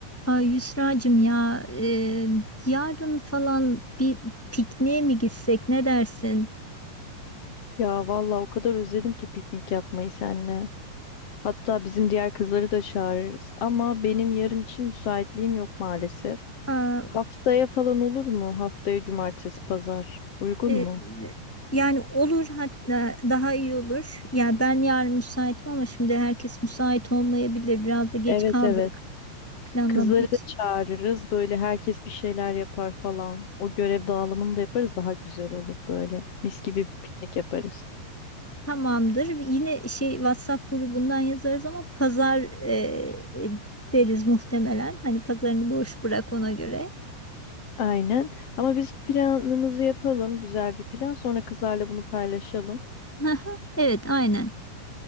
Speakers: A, in the centre; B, on the left.
A: Ay Yusra'cığım ya e, yarın falan bir pikniğe mi gitsek ne dersin?
B: Ya vallahi o kadar özledim ki piknik yapmayı seninle. Hatta bizim diğer kızları da çağırırız. Ama benim yarın için müsaitliğim yok maalesef.
A: Aa,
B: Haftaya falan olur mu? Haftaya cumartesi, pazar. Uygun
A: e,
B: mu?
A: yani olur hatta daha iyi olur. Yani ben yarın müsaitim ama şimdi herkes müsait olmayabilir. Biraz da geç
B: Evet
A: kaldık
B: evet.
A: planlama
B: Kızları
A: için.
B: da çağırırız. Böyle herkes bir şeyler yapar falan. O görev dağılımını da yaparız. Daha güzel olur böyle. Mis gibi bir piknik yaparız.
A: Tamamdır. Yine şey WhatsApp grubundan yazarız ama pazar e, e, deriz muhtemelen. Hani pazarını boş bırak ona göre.
B: Aynen. Ama biz planımızı yapalım. Güzel bir plan. Sonra kızlarla bunu paylaşalım.
A: <laughs> Evet aynen.